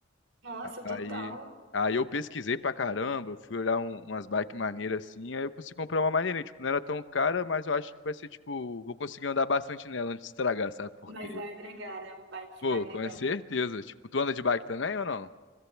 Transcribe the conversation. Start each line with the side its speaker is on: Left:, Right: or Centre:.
Right: Nossa,
Left: Aí,
Right: total.
Left: aí eu pesquisei pra caramba, eu fui olhar um- umas bikes maneiras assim, aí eu consegui comprar uma maneirinha. Tipo, não era tão cara, mas eu acho que vai ser, tipo, vou conseguir andar bastante nela antes de estragar, sabe? Porque
Right: Mas vai agregar, né? Uma bike
Left: Pô,
Right: que vai agregar.
Left: com certeza.
Right: né?
Left: Tipo, tu anda de bike também ou não?